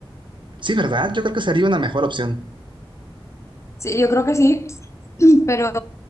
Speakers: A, on the right (about 60°); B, on the left (about 30°).
A: Sí, ¿verdad? Yo creo que sería una mejor opción.
B: Sí, yo creo que sí, <clears throat> pero